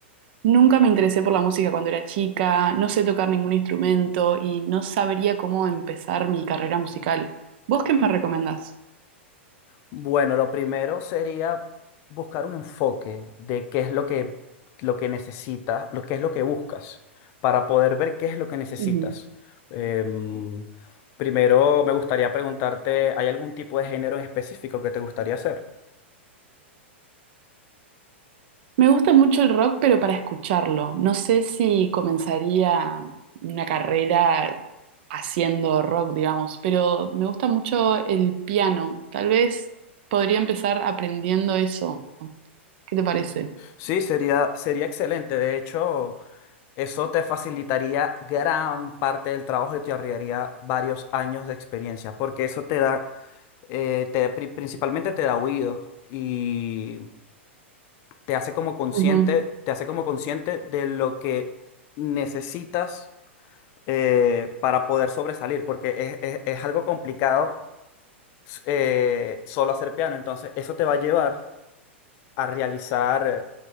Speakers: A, on the right; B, on the left.
A: nunca me interesé por la música cuando era chica, no sé tocar ningún instrumento y no sabría cómo empezar mi carrera musical. ¿Vos qué me recomendás?
B: Bueno, lo primero sería buscar un enfoque de qué es lo que, lo que necesitas, lo que es lo que buscas, para poder ver qué es lo que necesitas.
A: Ujú.
B: Em, primero me gustaría preguntarte, ¿hay algún tipo de género en específico que te gustaría hacer?
A: Me gusta mucho el rock, pero para escucharlo. No sé si comenzaría una carrera haciendo rock, digamos, pero me gusta mucho el piano. Tal vez podría empezar aprendiendo eso. ¿Qué te parece?
B: Sí, sería, sería excelente. De hecho, eso te facilitaría gran parte del trabajo y te ahorraría varios años de experiencia, porque eso te da eh, te- pri- principalmente te da oídos y te hace como consciente,
A: Ujú,
B: te hace como consciente de lo que necesitas eh, para poder sobresalir, porque es, es- es algo complicado s- eh, solo hacer piano, entonces eso te va a llevar a realizar,